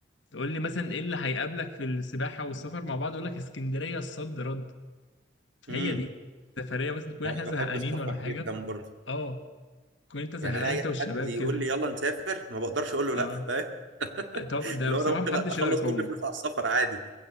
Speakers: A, on the left; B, on the right.
A: تقول لي مثلا ايه اللي هيقابلك في السباحه والسفر مع بعض اقول لك اسكندريه الصد رد
B: امم
A: هي دي سفريه مثلا تكون
B: انا
A: احنا زهقانين
B: بحب السفر
A: ولا حاجه
B: جدا برضه
A: اه تكون انت زهقان
B: يعني انا اي
A: انت والشباب
B: حد يقول
A: كده
B: لي يلا نسافر ما بقدرش اقول له
A: اه
B: لا فاهم <laughs>
A: طب ده
B: لو
A: بصراحه
B: انا ممكن
A: محدش
B: اخلص
A: يقدر يقاوم
B: كل فلوس على السفر عادي